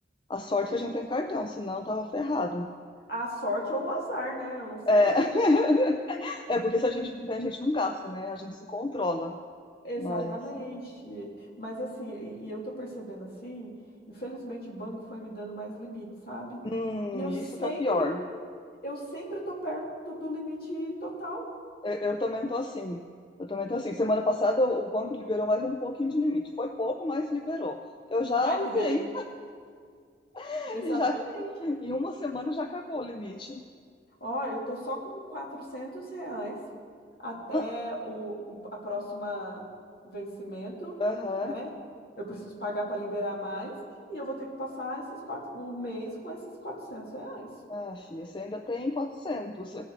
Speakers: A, on the left (about 25°); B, on the left (about 55°).
A: A sorte é que a gente tem cartão, senão tava ferrado.
B: A sorte ou o azar, né? Eu não sei.
A: É, <laughs> É, porque se a gente não tem, a gente não gasta, né? A gente se controla.
B: Exatamente.
A: Mas,
B: Mas assim, e, e eu tô percebendo assim, infelizmente o banco foi me dando mais limites, sabe?
A: hum,
B: E eu sempre
A: isso que é o pior.
B: Eu sempre tô perto do limite total.
A: Eu, eu também tô assim. Eu também tô assim. Semana passada o o banco liberou mais um pouquinho de limite. Foi pouco, mas liberou. Eu já
B: Ai,
A: usei.
B: que delícia.
A: <laughs>
B: Exatamente.
A: E já, em uma semana já acabou o limite.
B: Ó, eu tô só com 400 reais até
A: Ah,
B: o, o- a próxima vencimento,
A: Aham.
B: né? Eu preciso pagar para liberar mais e eu vou ter que passar esses quatro, o mês com esses 400 reais.
A: Ah, filha, você ainda tem 400.